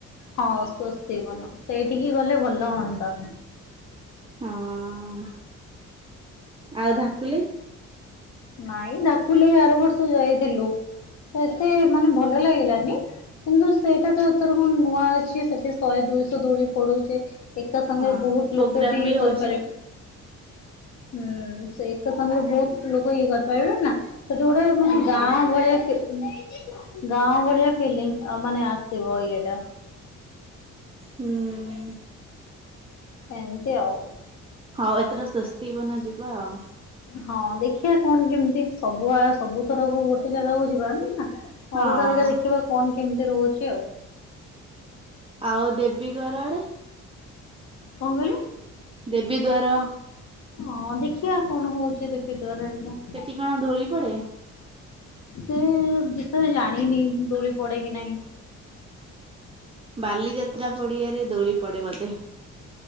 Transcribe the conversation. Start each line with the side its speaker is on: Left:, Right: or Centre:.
Left: ହଁ ସ୍ୱସ୍ତିକ୍ ମନ ସେଇଠିକି ଗଲେ ଭଲ ହୁଅନ୍ତା।
Right: ହଁ ଆଉ ଧାକୁଲି?
Left: ନାଇଁ ଢାକୁଲି ଆର ବର୍ଷ ଯାଇଥିଲୁ ତ ଏତେ ମାନେ ଭଲ ଲାଗିଲାନି। କିନ୍ତୁ ସେଇଟା ତ ଏଥର କଣ ନୂଆ ଅଛି ସେଠି ଶହେ ଦୁଇଶହ ଦୋଳି ପଡୁଚି ଏକା ସାଙ୍ଗରେ
Right: ହଁ
Left: ବହୁତ
Right: ପ୍ରୋଗ୍ରାମ
Left: ଲୋକ ବି ଇଏ କରିପାରିବେ।
Right: ହଉଛି
Left: ହୁଁ ସେ ଏକା ସାଙ୍ଗରେ ବହୁତ ଲୋକ ଇଏ କରିପାରିବେ ନା ସେଠି ଗୋଟେ
Right: ହଁ।
Left: ମାନେ ଗାଁ ଭଳିଆ ସେ ଏମେ ଗାଁ ଭଳିଆ ଫିଲିଙ୍ଗ ମାନେ ଆସିବ ଇଏଟା।
Right: ହୁଁ।
Left: ଏମିତି ଆଉ।
Right: ହୋଉ ଏଥର ଶସ୍ତି ବନା ଯିବ ଆଉ।
Left: ହଁ ଦେଖିବା କଣ କେମିତି ସବୁଆ ସବୁଥରକୁ ଗୋଟେ ଜାଗାକୁ ଯିବା ନା
Right: ହଁ।
Left: ଅଲଗା ଅଲଗା ଦେଖିବା କଣ କେମିତି ହୋଉଚି ଆଉ।
Right: ଆଉ ଦେବୀ ଦ୍ୱାର ଆଡ଼େ
Left: କଣ କହିଲ?
Right: ଦେବୀ ଦ୍ୱାର
Left: ହଁ ଦେଖିଆ କଣ ହୋଉଛି ଦେଵୀ ଦ୍ୱାରରେ
Right: ସେଠି କଣ ଦୋଳି ପଡେ?
Left: ସେ ବିଷୟରେ ଜାଣିନି ଦୋଳି ପଡେ କି ନାହିଁ।
Right: ବାଲିଯାତ୍ରା ପଡିଆରେ ଦୋଳି ପଡ଼େ ବୋଧେ?